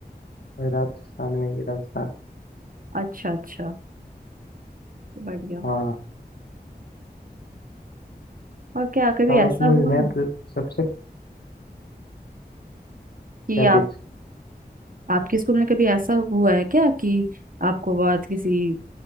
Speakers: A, on the left; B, on the right.
A: राजस्थान में ही राजस्थान
B: अच्छा अच्छा बढ़िया
A: हाँ
B: और क्या कभी
A: हाँ
B: ऐसा
A: उसमें
B: हुआ
A: भी मैथ
B: है
A: सबसे
B: कि
A: क्या
B: आप
A: चीज
B: आपके स्कूल में कभी ऐसा हुआ है क्या कि आपको बहुत किसी